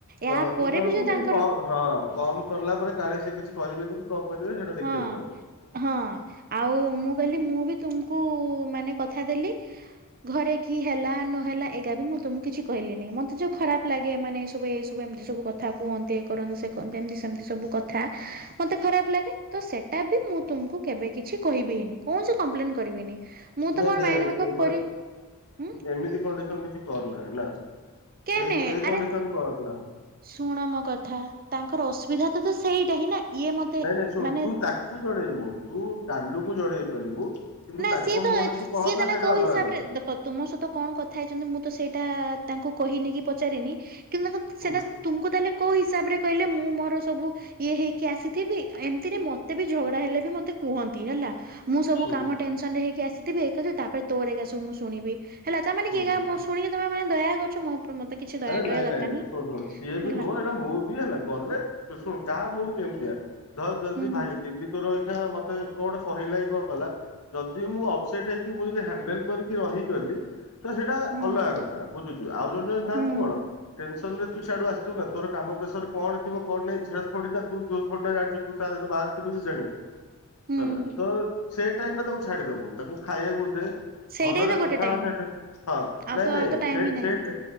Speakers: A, on the right (about 40°); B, on the left (about 80°).
A: ଏହା
B: ହଁ ତୁ
A: ପରେ
B: ଚାହୁଁଛୁ
A: ବି ଯଦି ତାଙ୍କର
B: କି କମ୍ ହଁ କମ୍ କରିଲା ପରେ କାଳେ ସେ କିଛି କହିବେନି କି କଣ କରିବେ ସେଇଟା ଦେଖିବାକୁ
A: ହଁ
B: ଚାହୁଁ।
A: ହଁ। ଆଉ ମୁଁ କହିଲି ମୁଁ ବି ତୁମକୁ ମାନେ କଥା ଦେଲି ଘରେ କି ହେଲା ନହେଲା ଏଇଗା ବି ମୁଁ ତମକୁ କିଛି କହିଲିିନି। ମତେ ଯୋଉ ଖରାପ ଲାଗେ ମାନେ ସବୁ ଏ ସବୁ ଏମିତି ସବୁ କଥା କୁହନ୍ତି, ଏ କରନ୍ତି ସେ କରନ୍ତି ଏମିତି ସେମିତି ସବୁ କଥା ମତେ ଖରାପ ଲାଗେ। ତ ସେଟା ବି ମୁଁ ତୁମକୁ କେବେ କିଛି କହିବିନି। କୌଣସି କମ୍ପ୍ଲେନ କରିବିନି। ମୁଁ ତ
B: ନାଇଁ
A: ମୋର
B: ଦେଖ୍
A: ମାଇଣ୍ଡ ମେକଅପ୍
B: ଗୋଟେ
A: କରି ହୁଁ
B: ଏମିତି କଣ୍ଡିସନ କିଛି କରନା ନା।
A: କେନେ
B: ଏଇ ଏଇ କଣ୍ଡିସନ
A: ଆରେ
B: କରନା।
A: ଶୁଣ ମୋ କଥା ତାଙ୍କର ଅସୁବିଧା ତ ତ ସେଇଟା ହିଁ ନା। ଇଏ ମୋତେ
B: ନାଇଁ ନାଇଁ ଶୁଣ
A: ମାନେ
B: ତୁ ଜଣେଇବ, ତୁ ତାଲୁ କୁ ଜଣେଇ ପାରିବୁ। କିନ୍ତୁ
A: ନା
B: ତାଙ୍କ
A: ସିଏ ତ
B: ମୁହଁରେ
A: ସିଏ
B: ତୁ କହନା
A: ତାହେଲେ
B: ସେଇଟା
A: ନା କୋଉ
B: ଅଲଗା
A: ହିସାବରେ
B: କଥା
A: ଦେଖ ତୁମ ସହିତ କଣ କଥା ହେଇଚନ୍ତି ମୁଁ ତ ସେଇଟା ତାଙ୍କୁ କହିନି କି ପଚାରିନି। କିନ୍ତୁ ଦେଖ
B: ହୁଁ
A: ସେଇଟା ତୁମକୁ ତାହେଲେ କୋଉ ହିସାବରେ କହିଲେ ମୁଁ ମୋର ସବୁ ଇଏ ହେଇକି ଆସିଥିବି, ଏମିତିରେ ମତେ ବି ଝଗଡା ହେଲେ ବି ମୋତେ କୁହନ୍ତି ହେଲା। ମୁଁ ସବୁ
B: ହୁଁ
A: କାମ
B: ହୁଁ
A: ଟେନସନ୍ ରେ ହେଇକି ଆସିଥିବି <unintelligible> ତାପରେ ତୋର ଏକା ସବୁ ମୁଁ ଶୁଣିବି। ହେଲା ତାମାନେ
B: ହୁଁ
A: କି ଏକା
B: ହୁଁ
A: ଶୁଣିକି ତମେ ମାନେ ଦୟା କରୁଚ ମୋ ମତେ କିଛି ଦୟା
B: ଆରେ
A: କରିବା
B: ନାଇଁ
A: ଦରକାର
B: ନାଇଁ
A: ନାହିଁ
B: ଶୁଣୁ ଶୁଣୁ ସିଏ
A: ହେଲା
B: ବି ନୁହଁ ଏଟା ମୁଁ ବି ହେଲା ଗଲେ ତୁ ଶୁଣ କାହା ମୁଡ୍ କେମିତିଆ ଧର ଯଦି
A: ହୁଁ
B: ଭା ଦିଦି ତୋର ଏଇଠା ମତେ କଣ ଗୋଟେ କହିଲା କିି କଣ କଲା, ଯଦି ମୁଁ ଅପସେଟ୍ ହେଇକି ମୁଁ ଯଦି ହ୍ୟାଣ୍ଡେଲ୍ କରିକି ରହିଗଲି ତ ସେଇଟା
A: ହୁଁ
B: ଅଲଗା କଥା ବୁଝୁଚୁ। ଆଉ ଜଣେ ଜଣେ ଥାଆନ୍ତି
A: ହୁଁ
B: ଟେନସନ୍ ରେ ତୁ ସିଆଡୁ ଆସିଥିବୁ ନା ତୋର କାମ ପ୍ରେସର କଣ ଥିବ କଣ ନାଇଁ ସେଇଟା ଥୋଡି ନା ତୁ ଯୋଉ ଥୋଡି ଜାଣିଚୁ। ତୁ ତା ସହିତ ବାହାରେ ଥିଲୁ ଯେ ଜାଣିବୁ।
A: ହୁଁ
B: ହେଲା। ତ ସେ ଟାଇମ୍ ଟା ତାକୁ ଛାଡିଦବୁ। ତାକୁ ଖାଇବାକୁ ଦେ
A: ସେଇଟା
B: ଭଲରେ
A: ହିଁ ତ ଗୋଟେ
B: କଥା
A: ଟାଇମ
B: ହୋ ସେଟା ହଁ
A: ଆଉ
B: ନାଇଁ
A: ତ
B: ନାଇଁ
A: ଆଉ ତ ଟାଇମ
B: ସେ
A: ହିଁ ନାହିଁ।
B: ସେଇଟେ